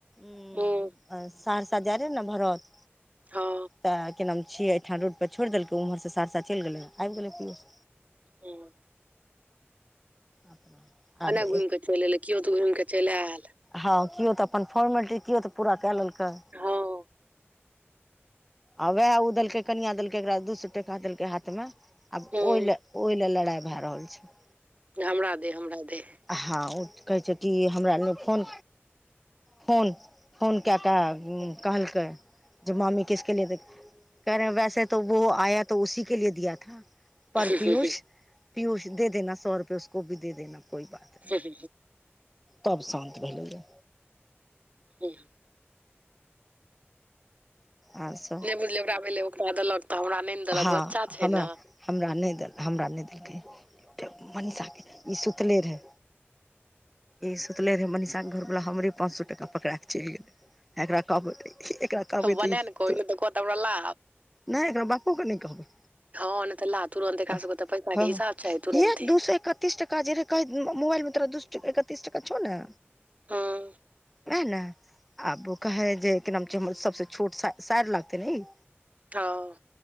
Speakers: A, in the centre; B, on the right.
A: उम्म
B: हूँ
A: सहरसा जाय रहै ने भरत
B: हँ
A: तऽ की नाम छियै एठा रोड पे छोड़ देलकै, उ उमहर से सहरसा चैल गेलै आएब गेलै पियूष।
B: हुं।
A: अपना
B: भनाय
A: आब
B: घुम के चैल एलै कियो ते घुम कऽ चैल आएल।
A: हां कियो तऽ अपन फोर्मलिटी कियो तऽ पूरा काए लेलकै।
B: हां।
A: आ वाएह उ देलकै कनिया देलकै एकरा दू सौ टका देलकै हाथ मे आब
B: हूँ
A: ओय ले, ओय ले लड़ाय भाए रहल छै।
B: हमरा दे, हमरा दे।
A: हां उ ते कहै छै कि हमरा नै फोन फोन, फोन काए कऽ उम्म कहलकै जे मामी किसके लियै दे कहै रहै वाएह से ते वो आया तो उसी के लिए दिया था। पर
B: नहि
A: पीयूष, पीयूष दे देना सौ रुपए उसको भी दे देना, कोई बात नहि
B: ह ह
A: तब शान्त भेलै यऽ।
B: हुंह।
A: आ स
B: <unintelligible> भेलै ओकरा देलक तऽ हमरा नहि ने देलक
A: हां
B: बच्चा छै
A: हम
B: ने
A: हमरा नै देल, हमरा नै देलकै, ते मनीषा के ई सुतले रहै। ई सुतले रहै मनीषा के घर वला हमरे पाँच सौ टका पकड़ा कऽ चैल गेलै। एकरा कहबै, एकरा कहबै
B: बनाए
A: तऽ इ
B: ने कहू
A: त
B: नहि तऽ कहत हमरा ला
A: नै एकरा बा पो के नै कहबै
B: हँ नहि तऽ ला तुरन्त एकरा
A: अ
B: सबके तऽ पैसाके
A: हां
B: हिसाब चाही तुरन्ते
A: हे दू सौ एक तीस टका जे रहै कहै उम्म मुबाएल मे तोरा दु सौ ट एकतीस टका छौ नै।
B: हां।
A: वाएह ने आब उ कहै जे कि नाम छै हमर सबसे छोट साए साएड़ लागते नै इ
B: हां।